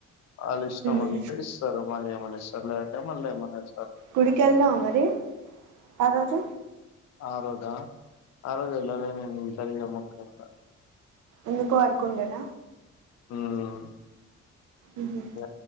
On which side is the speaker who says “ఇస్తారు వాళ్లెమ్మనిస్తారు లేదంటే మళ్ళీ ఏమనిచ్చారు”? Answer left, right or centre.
Left